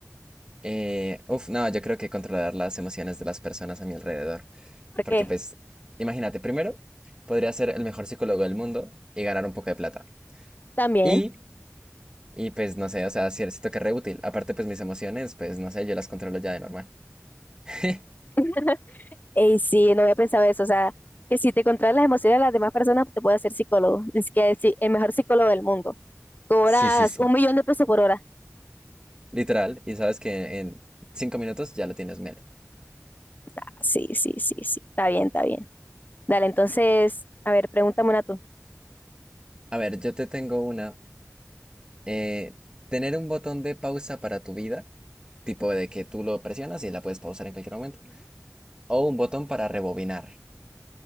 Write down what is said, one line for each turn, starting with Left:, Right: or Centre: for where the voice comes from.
Right: Eh, uf, no, yo creo que controlar las emociones de las personas a mi alrededor.
Left: Porque
Right: Porque pues, imagínate, primero, podría ser el mejor psicólogo del mundo y ganar un poco de plata.
Left: también,
Right: Y, y pues, no sé, o sea, sí- siento que es re útil. Aparte, pues mis emociones, pues, no sé, yo las controlo ya de normal. <laughs>
Left: <laughs> y sí, no había pensado eso, o sea, que si te controlas las emociones de las demás personas, te puedes hacer psicólogo. Es que sí, el mejor psicólogo del mundo. Cobras
Right: Sí, sí, sí.
Left: un millón de pesos por hora.
Right: Literal. Y sabes que en cinco minutos ya lo tienes menos.
Left: Ah, Sí, sí, sí, sí. Está bien, está bien. Dale, entonces, a ver, pregúntame una tú.
Right: A ver, yo te tengo una. Eh, tener un botón de pausa para tu vida, tipo de que tú lo presionas y la puedes pausar en cualquier momento. O un botón para rebobinar.